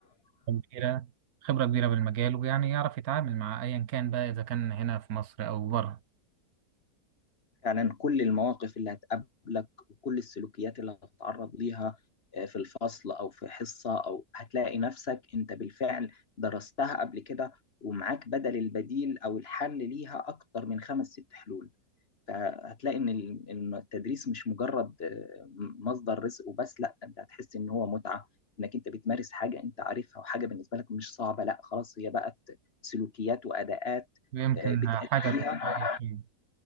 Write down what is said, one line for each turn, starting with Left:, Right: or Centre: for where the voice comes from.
Right: كبيرة خبرة كبيرة بالمجال ويعني يعرف يتعامل مع أيا كان بقى إذا كان هنا في مصر أو بره
Left: فعلا كل المواقف اللي هتقابلك وكل السلوكيات اللي هتتعرض ليها آه، في الفصل او في حصه او هتلاقي نفسك انت بالفعل درستها قبل كده ومعاك بدل البديل او الحل ليها اكتر من خمس ست حلول فهتلاقي ان ال- إن التدريس مش مجرد آه، مصدر رزق وبس لا انت هتحس ان هو متعه انك انت بتمارس حاجه انت عارفها وحاجه بالنسبه لك مش صعبه لا خلاص هي بقت سلوكيات واداءات
Right: ويمكن
Left: آه، بتأديها
Right: حاجة تقوية فيه